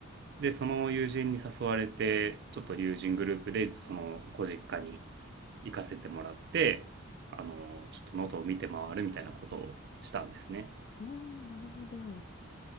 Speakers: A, on the right; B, on the left.
A: で、その友人に誘われて、ちょっと友人グループで、その、ご実家に行かせてもらって、あの、ちょっと喉を見て回るみたいなことをしたんですね。
B: おー、なるほど。